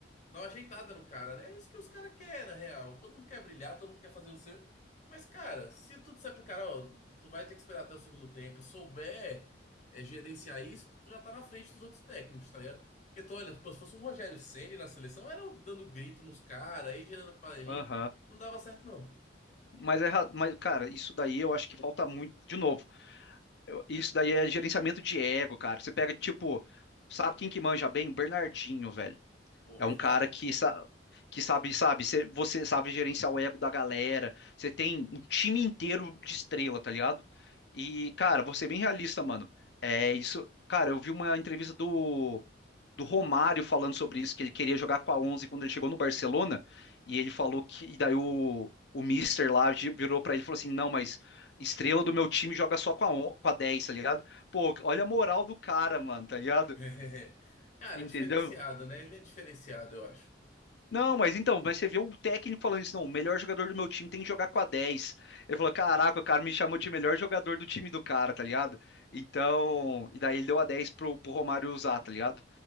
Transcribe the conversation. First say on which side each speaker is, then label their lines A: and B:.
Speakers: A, on the left; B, on the left.
A: dá uma ajeitada no cara, né? É isso que os caras querem, na real. Todo mundo quer brilhar, todo mundo quer fazer o seu. Mas, cara, se tu disser pro cara, ó, tu vai ter que esperar até o segundo tempo e souber é, gerenciar isso, tu já tá na frente dos outros técnicos, tá ligado? Porque tu olha, pô, se fosse o Rogério Ceni na seleção, era um dando grito nos caras, aí gerando panelinha,
B: Aham.
A: não dava certo, não.
B: Mas, é, ra- mas, cara, isso daí eu acho que falta muito. De novo, eu- isso daí é gerenciamento de ego, cara. Você pega, tipo, sabe quem que manja bem? Bernardinho, velho.
A: Pô,
B: É
A: verdade.
B: um cara que, sa- que sabe, sabe, cê- você sabe gerenciar o ego da galera. Você tem um time inteiro de estrela, tá ligado? E, cara, vou ser bem realista, mano. É isso. Cara, eu vi uma entrevista do, do Romário falando sobre isso, que ele queria jogar com a 11 quando ele chegou no Barcelona. E ele falou que. E daí o, o Mister lá gi- virou pra ele e falou assim: Não, mas estrela do meu time joga só com a, on- com a 10, tá ligado? Pô, olha a moral do cara, mano, tá ligado?
A: <laughs> Cara,
B: Entendeu?
A: é diferenciado, né? Ele é diferenciado, eu acho.
B: Não, mas então, mas você viu o técnico falando isso, não, o melhor jogador do meu time tem que jogar com a 10. Ele falou, caraca, o cara me chamou de melhor jogador do time do cara, tá ligado? Então, e daí ele deu a 10 pro, pro Romário usar, tá ligado?